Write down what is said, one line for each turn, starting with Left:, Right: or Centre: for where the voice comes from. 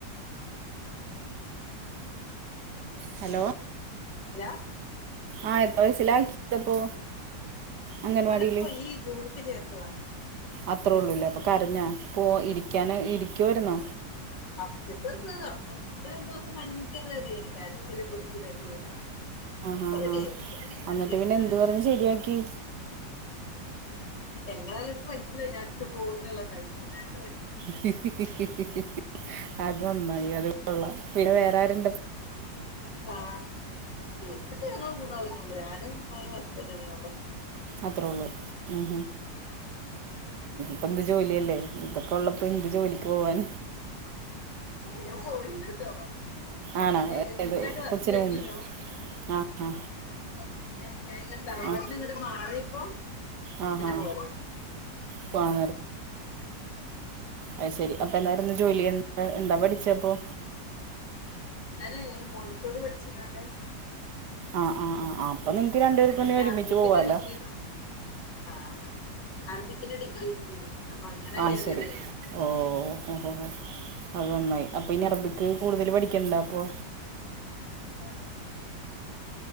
Right: ഹലോ
Left: ഹലോ
Right: ആഹ് എത്ര വയസ്സിലാക്കിയതപ്പോ അംഗൻവാടിയിൽ
Left: ഓനപ്പോ ഈ ജൂണക്ക് ചേർത്തതാ
Right: അത്രേ ഉള്ളൂല്ലേ അപ്പൊ കരഞ്ഞാ പോ ഇരിക്കാൻ ഇരിക്കുവ വരുന്ന
Left: ഫസ്സ്റ്റത്തുസം ഫസ്റ്റ്ത്തെ രണ്ടുസം ഭയങ്കരതേന് കരച്ചിലും പൊടിച്ചിലൊക്കെന
Right: ആ
Left: ഇപ്പ
Right: ഹാ
Left: റെഡിയായി
Right: ഹാ
Left: ഇപ്പ പിന്നെ
Right: എന്നിട്ട്
Left: രണ്ടുസത്തിനില്ല
Right: പിന്നെ എന്ത് പറഞ്ഞ് ശരിയാക്കി
Left: എങ്ങനാലനക്ക് മനസ്സിലായി ഞഇട്ട് പോകന്നുള്ളത് ധൈര്യത്തിനാണ്
Right: ഹി ഹി ഹി അത് നന്നായി അത് കൊള്ളാം. പിന്നെ വേറാരുണ്ട്
Left: ആ പ ഇപ്പൊ ഞങ്ങൾ മൂന്നാളിനുള്ളൂ ഞാനും ഓനു ഹസ്ബൻഡ തന്നെ ഉള്ളൂ
Right: അത്രേ ഉള്ളൂ ഉം ഇപ്പം എന്ത് ജോലിയല്ലേ ഇതൊക്കെ ഉള്ളപ്പം പ്പൊ എന്ത് ജോലിക്ക് പോവാൻ
Left: ഞാൻ പോയിനുട്ടോ
Right: ആണോ
Left: ഞാന് ടീച്ചറായിട്ട്
Right: ഏത്
Left: വർക്ക്
Right: കൊച്ചിന്
Left: ചെയ്തിനു
Right: മുമ്പ് ആ ആ
Left: പിന്നെ ഞങ്ങ തറവാട്ടിനങ്ങോട്ട്
Right: ആ
Left: മാറിയപ്പോ
Right: ആ
Left: പിന്നെ
Right: ആ
Left: പോല
Right: പോവാൻ അ ശരി അപ്പം എ എന്നായിരുന്നു ജോലി എന്താ എന്താ പഠിച്ചപ്പോൾ
Left: എങ്ങനെ മോണ്ടിച്ചോറി പഠിച്ചിരോണ്ടണ്ട്
Right: ആഹ് ആഹ് ആ അപ്പൊ നിങ്ങക്ക് രണ്ടുപേരത്തന്ന
Left: പിന്നെ
Right: ഒരുമിച്ച്
Left: അറബിക്കിന്റെ
Right: പോവാലോ
Left: ഡിഗ്രി എടുത്ത് ആഹ് അറബിക്കിന് ഡിഗ്രി എടുത്തീനു അപ്പൊ അങ്ങനെ
Right: ആ
Left: കേറിയതേനു
Right: ശരി ഓ ഓ അതൊന്നായി അപ്പൊ ഇനി അറബിക്ക് കൂടുതൽ പഠിക്കണ്ട അപ്പൊ
Left: ആ